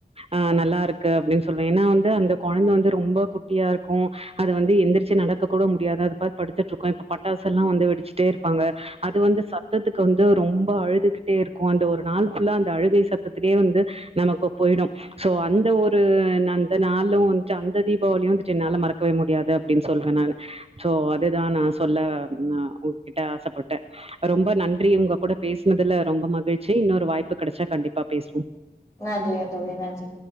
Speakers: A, on the right; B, on the left.
A: ஆ நல்லாருக்கு அப்டின் சொல்வே ஏனா வந்து அந்த கொழந்த வந்து ரொம்ப குட்டியாருக்கும் அது வந்து எந்துருச்சி நடக்க கூட முடியாது அது பாட் படுத்துட்ருக்கோ இப்ப பட்டாஸ்ல்லா வந்து வெடுச்ட்டேர்ப்பாங்க அது வந்து சத்தத்துக் கு வந்து ரொம்ப அழுதுகிட்டேருக்கும் அந்த ஒரு நாள் ஃபுல்லா அந்த அழுகை சத்துலயே வந்து நமக்கு போய்ரும் சோ அந்த ஒரு நந்த நாளூம் வந்துட்டு அந்த தீபாவளியு வந்துட்டு என்னால மறக்கவே முடியாது அப்டின்னு சொல்றன் நானு சோ அதுதான் நான் சொல்ல ந உங்கிட்ட ஆசைப்பட்டேன் ரொம்ப நன் றி உங்க கூட பேசுனதுல ரொம்ப மகி்ழ்ச்சி இன்னொரு வாய்ப்பு கெடச்சா கண்டிப்பா பேசுவோம்
B: நன்றிங்க தோழி நன்றி